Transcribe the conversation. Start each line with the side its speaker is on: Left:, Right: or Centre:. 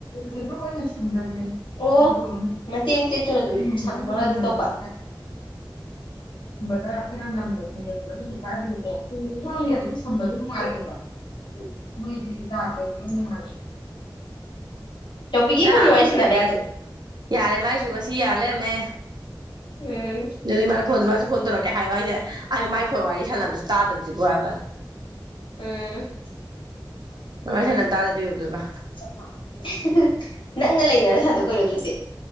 Left: ꯁꯖ ꯑꯣ ꯃꯇꯦꯡ ꯇꯦꯛꯇꯅ ꯑꯗꯨꯝ ꯁ ꯇꯧꯕ ꯈꯔ ꯈꯔ ꯉꯝꯗ ꯊꯣꯡꯖꯤꯜꯂꯒ ꯑꯗꯨꯝꯁꯨ ꯇꯥꯕꯤꯌꯨꯀꯣ ꯋꯥꯡꯉꯦꯕꯗꯤ ꯁꯝꯕꯗꯣ ꯅꯨꯡꯉꯥꯏꯇꯦꯕ ꯃꯣꯏꯗꯤ ꯒꯅ ꯃꯥ ꯇꯣꯄꯤꯒꯤ
Right: ꯅꯪ
Left: ꯐꯣꯟ ꯑꯣꯏꯁꯤꯅꯕꯗ꯭ꯔꯣ
Right: ꯌꯥꯔꯦ ꯃꯥꯏꯁꯨ ꯉꯁꯤ ꯌꯥ ꯂꯩꯔꯝꯃꯦ
Left: ꯎꯝ
Right: ꯑꯗꯨꯗꯤ ꯃꯥ ꯐꯣꯟꯁꯨ ꯃꯥꯁꯨ ꯐꯣꯟ ꯇꯧꯔꯛꯀꯦ ꯍꯥꯏꯌꯣ ꯍꯥꯏꯁꯦ ꯑꯩꯒꯤ ꯃꯥꯏ ꯐꯣꯟ ꯋꯥꯔꯤ ꯁꯥꯟꯅꯕꯁꯨ ꯇꯥꯗꯕꯕꯁꯤꯕꯣ ꯍꯥꯏꯕ
Left: ꯎꯝ <unintelligible>
Right: ꯋꯥꯔꯤ ꯁꯥꯟꯅꯕ ꯇꯥꯗꯗꯤ ꯀꯩꯗꯧꯗꯣꯏꯕ
Left: ꯅꯪꯅ ꯂꯩꯅꯔ ꯁꯟꯗꯣꯛꯀꯣꯏꯔꯣ ꯑꯗꯨꯗꯤ